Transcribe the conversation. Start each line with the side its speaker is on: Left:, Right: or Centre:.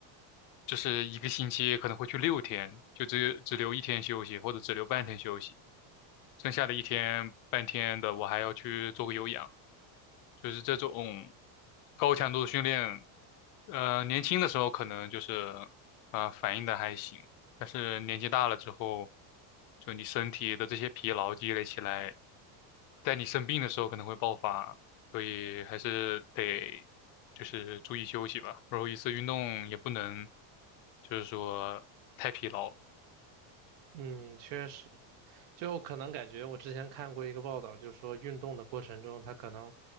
Left: 就是一个星期可能会去六天，就只只留一天休息，或者只留半天休息，剩下的一天半天的我还要去做个有氧，就是这种高强度的训练，呃，年轻的时候可能就是啊、呃反应的还行，但是年纪大了之后，就你身体的这些疲劳积累起来，在你生病的时候可能会爆发，所以还是得就是注意休息吧。然后一次运动也不能就是说太疲劳。
Right: 嗯，确实，就可能感觉我之前看过一个报道，就是说运动的过程中，它可能